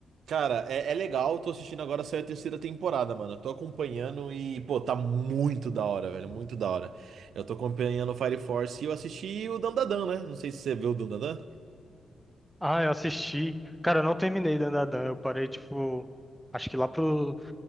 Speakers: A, on the right; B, in the centre.
A: Cara, é, é legal, eu tô assistindo agora, saiu a terceira temporada, mano. Eu tô acompanhando e, pô, tá muito da hora, velho, muito da hora. Eu tô acompanhando o Fire Force e eu assisti o Dandadan, né? Não sei se você viu o Dandadan.
B: Ah, eu assisti. Cara, eu não terminei Dan Dan Eu parei, tipo, acho que lá pro